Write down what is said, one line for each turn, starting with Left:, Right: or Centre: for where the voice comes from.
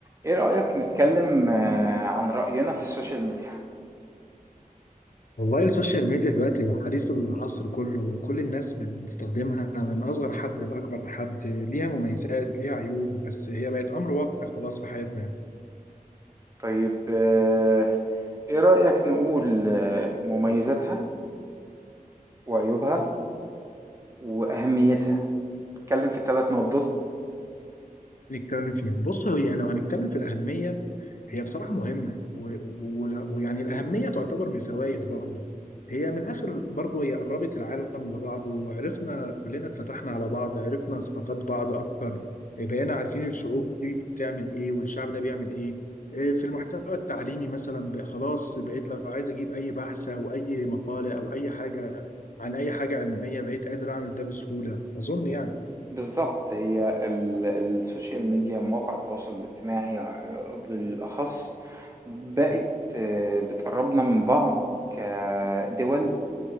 Right: ايه رأيك نتكلم آه، عن رأينا في السوشيال ميديا
Left: والله السوشيال ميديا دلوقتي حديث العصر كله كل الناس بتستخدمها من أصغر حد لأكبر حد ليها مميزات ليها عيوب بس هي بقت أمر واقع خلاص في حياتنا يعني
Right: طيب آه، ايه رأيك نقول آه، مميزاتها وعيوبها وأهميتها نتكلم في الثلاث نقط دول
Left: نتكلم فيها بص هي لو هنتكلم في الأهمية هي بصراحة مهمة و... و... ويعني الأهمية تعتبر من الفوائد برضو هي من الآخر برضو هي قربت العالم لبعضه وعرفنا كلنا اتفتحنا على بعض عرفنا ثقافات بعض أكتر بقينا عارفين الشعوب دي بتعمل إيه والشعب ده بيعمل إيه إيه في المحتوى التعليمي مثلا بقى خلاص بقيت لو عايز أجيب أي بحث أو أي مقالة أو أي حاجة عن أي حاجة علمية بقيت قادر أعمل ده بسهولة أظن يعني
Right: بالظبط هي ال- السوشيال ميديا مواقع التواصل الاجتماعي آه، بالأخص بقت آه، بتقربنا من بعض كدول